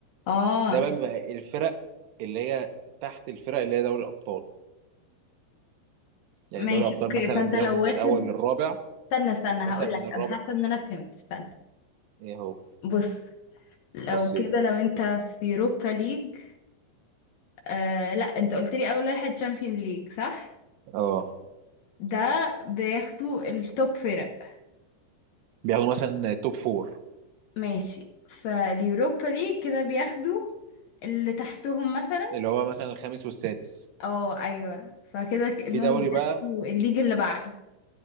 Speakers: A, on the left (about 75°); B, on the right (about 75°).
A: اه
B: ده بقى بيبقى الفرق اللي هي تحت الفرق اللي هي دوري الابطال يعني
A: ماشي
B: دوري الابطال
A: اوكي
B: مثلا
A: فانت
B: بياخدوا
A: لو
B: من
A: واخد
B: الاول للرابع
A: استنى استنى
B: ومثلا
A: هقول
B: من
A: لك
B: الرابع
A: انا حاسة ان انا فهمت استنى
B: ايه هو
A: بص لو
B: بصيت
A: كده لو انت في يوروبا ليج آه لا انت قلت لي اول واحد تشامبيون ليج صح
B: اه
A: ده بياخدوا التوب فرق
B: بياخدوا مثلا توب فور
A: ماشي فاليوروبا ليج كده بياخدوا اللي تحتهم مثلا
B: اللي هو مثلا الخامس والسادس
A: اه ايوه فكده كأنهم
B: في دوري
A: بياخدوا
B: بقى
A: الليج اللي بعده